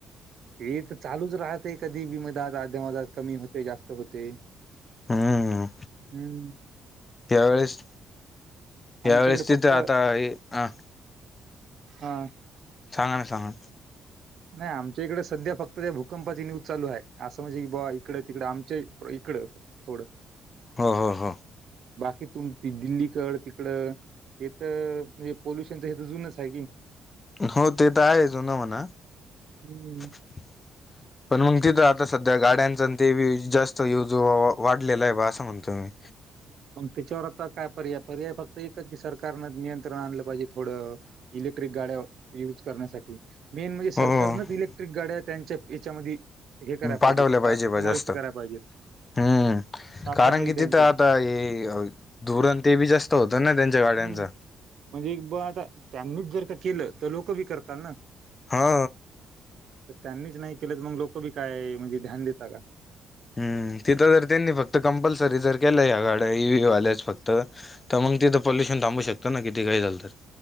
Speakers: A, on the right; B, on the left.
A: हे तर चालूच राहत आहे कधी विमदात अध्यामदात कमी होते जास्त होते
B: हम्म
A: हम्म
B: यावेेळेस यावेेळेस
A: आमच्या इकडे
B: तिथे
A: फक्त
B: आता हे अ
A: हा
B: सां ना सांगा
A: नाही आमच्या इकडे सध्या फक्त त्या भूकंपाची न्यूज चालू आहे असं म्हणजे की बा इकडे तिकडे आमच्या इकडं थोडं
B: ह ह ह
A: कि तुम दिल्लीकड तिकड हे तर म्ह. णजे पॉोल्युशनच हे तर जुूनच आहे की
B: हो ते तर आहे जुनं म्हणा
A: हं.
B: <inaudible> पण मग तिथ आता सध्या गाड्यांचा ते जास्त युज वाढलेला आहे बा असं म्हणतोय मी
A: पण त्याच्यावर आता काय पर्याय? पर्याय फक्त एकच की सरकारनं नियंत्रण आणलं पाहिजे थोडं इलेक्ट्रिक गाड्या युज करण्यासाठी मेन म्हणजे सरकारनच
B: हो
A: इलेक्ट्रिक गाड्या त्यांच्या याच्यामध्ये हे करायला पाहिजेत
B: पाठवलं
A: सा-
B: पाहिजे
A: समाविष्ट
B: जास्त
A: करायला पाहिजेत
B: हम्
A: ताफ्यामध्ये
B: कारण की
A: त्यांच्या
B: तिथं आता ते धुरण ते बी जास्त होत ना त्यांच्या गाड्यांचा
A: हम्म. म्हणजे ब आता त्यांनीच जर का केलं तर लोक बी करतात ना,
B: हा...
A: त्यांनीच नाही केलं तर मग लोक बी काय? म्हणजे ध्यान देेतात का?
B: हम्म तिथं जर त्यांनी फक्त कंपल्सरी जर केल्या या गाड्या ई व्ही आल्याच फक्त तर मग तिथं पोल्युशन थांबू शकतो ना किती काही झालंल तरी?